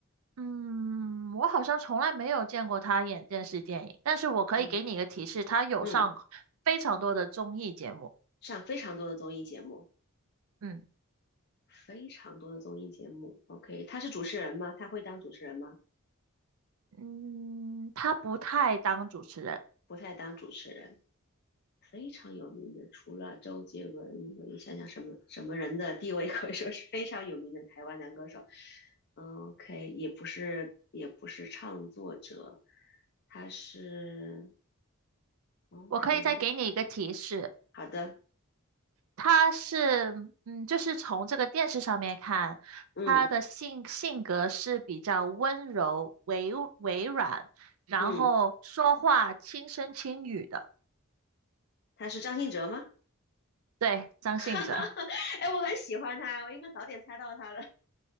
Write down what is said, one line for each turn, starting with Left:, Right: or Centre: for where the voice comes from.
Right: 嗯，我好像从来没有见过他演电视电影，但是我可以给你一个提示，
Left: 嗯
Right: 他有上
Left: 嗯，
Right: 非常多的综艺节目。
Left: 上非常多的综艺节目，
Right: 嗯。
Left: 非常多的综艺节目，OK，他是主持人吗？他会当主持人吗？
Right: 嗯，他不太当主持人。
Left: 不太当主持人，非常有名的，除了周杰伦，我也想想什么什么人的地位可以说是非常有名的台湾男歌手。嗯 OK，也不是也不是唱作者，他是 OK。
Right: 我可以再给你一个提示，
Left: 好的，
Right: 他是，嗯，就是从这个电视上面看，
Left: 嗯
Right: 他的性性格是比较温柔、委委软，然后说话轻声轻语的。
Left: 嗯，他是张信哲吗？
Right: 对，张信哲。
Left: <laughs> 哎，我很喜欢他，我应该早点猜到他了。